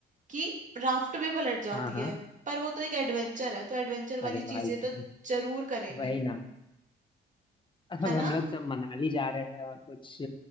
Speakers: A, on the right; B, on the left.
A: कि राफ्ट भी पलट जाती
B: हाँ हाँ
A: है पर वो तो एक एडवेंचर है तो एडवेंचर
B: अरे
A: वाली
B: भाई
A: चीजें
B: <laughs> साहब,
A: तो जरूर करेंगे
B: वही ना अब
A: है
B: हम
A: ना
B: लोग सब मनाली जा रहे हैं और कुछ